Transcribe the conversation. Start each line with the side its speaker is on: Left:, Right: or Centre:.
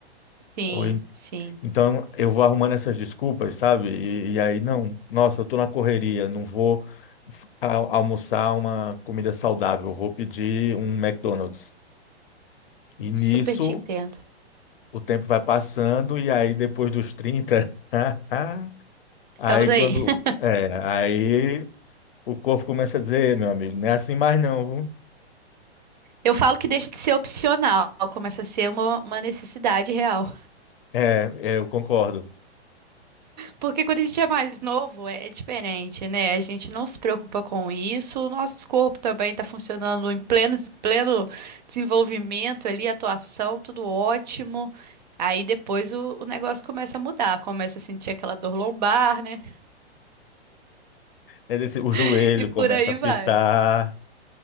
Right: Sim,
Left: Ou en-
Right: sim.
Left: então eu vou arrumando essas desculpas, sabe? E, e aí, não, nossa, eu estou na correria, não vou. f- a- Almoçar uma comida saudável, vou pedir um McDonald's. E nisso
Right: Super te entendo.
Left: o tempo vai passando, e aí depois dos 30 <laughs>
Right: Estamos
Left: aí
Right: aí.
Left: quando.
Right: <laughs>
Left: É, aí o corpo começa a dizer, "Ei, meu amigo, não é assim mais não, viu?
Right: Eu falo que deixa de ser opcional, começa a ser uma, uma necessidade real.
Left: É, é, eu concordo.
Right: Porque quando a gente é mais novo, é diferente, né? A gente não se preocupa com isso. O nosso corpo também está funcionando em pleno, pleno desenvolvimento ali, atuação, tudo ótimo. Aí depois o, o negócio começa a mudar, começa a sentir aquela dor lombar, né?
Left: É desse- o joelho
Right: <laughs> E por
Left: começa
Right: aí
Left: a pitar,
Right: vai.